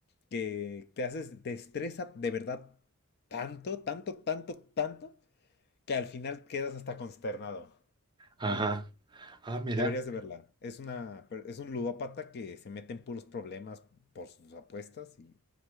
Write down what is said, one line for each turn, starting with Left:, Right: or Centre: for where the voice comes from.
Left: que te haces, te estresa de verdad tanto, tanto, tanto, tanto, que al final quedas hasta consternado.
Right: Ajá. Ah, mira.
Left: Deberías de verla. Es una, per- es un ludópata que se mete en puros problemas por sus apuestas y